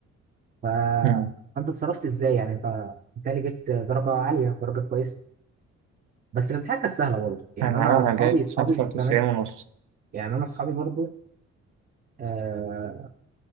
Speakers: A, on the right; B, on the right.
A: فانت
B: مم.
A: اتصرفت ازاي يعني انت بالتالي جبت درجه عاليه درجه كويسه بس الامتحان كان سهله برضه يعني
B: أنا
A: انا
B: أنا
A: اصحابي
B: جايب
A: اصحابي
B: خمسة
A: في
B: وتسعين
A: السنه
B: ونص
A: يعني انا اصحابي برضه آه